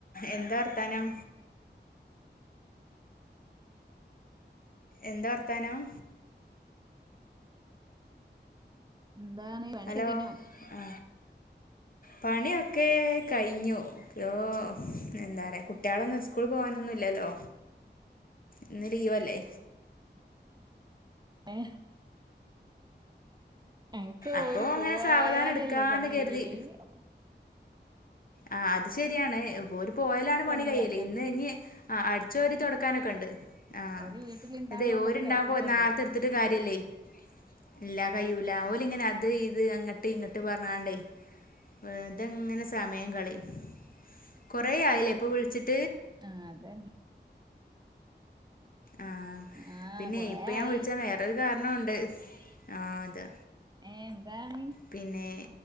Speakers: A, on the left; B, on the right.
A: എന്താ വർത്താനം? എന്താ വർത്താനം?
B: എന്താണ് പണി
A: ഹലോ
B: ഒക്കെ കയ്ഞ്ഞോ?
A: ആ പണിയൊക്കെ കയിഞ്ഞു. <unintelligible> എന്താ റയാ കുട്ടികളൊന്നും സ്കൂൾ പോകാനൊന്നും ന്നും ഇല്ലല്ലോ ഇന്ന് ലീവല്ലേ
B: ഏഹ് എനക്ക്
A: അപ്പോൾ
B: ഓര് പോവായാലല്ലേ
A: അങ്ങനെ സാവധാനം എടുക്കാന്ന്
B: പണി കയ്യല്
A: കരുതി
B: അപ്പം
A: ആ അത് ശര്യാണ്. ഓര് പോയലാണ്
B: ഞാൻ
A: പണി കയ്യല്.
B: വേക്കാച്ചു
A: ഇന്ന് ഞ്ഞി ആ അടിച്ചോര് തൊടക്കാനൊക്കെണ്ട്. ആ
B: ഒരു വീട്ടിലുണ്ടാവുമ്പോ
A: അതെ
B: നമ്മുക്ക്
A: ഓര്ണ്ടാവുമ്പോ
B: കഴിയൂലല്ലോ
A: നേരത്തെട്ത്തിട്ട് കാര്യല്ല്യേ ഇല്ലാ കയൂല. ഓല് ഇങ്ങനെ അത് ഇത് അങ്ങട്ട് ഇങ്ങിട്ട് പറഞ്ഞാണ്ടേ വെർതെങ്ങനെ സമയം കളയും. കൊറെ ആയില്ലേ ഇപ്പോ വിളിച്ചിട്
B: ആ അതെ
A: ആ
B: ആ
A: പിന്നെ
B: കൊറേ
A: ഇപ്പ ഞാൻ
B: ആയി
A: വിളിച്ചത് വേറൊരു കാരണുണ്ട്. ആ അത്
B: ഏ എന്താണ്
A: പിന്നേ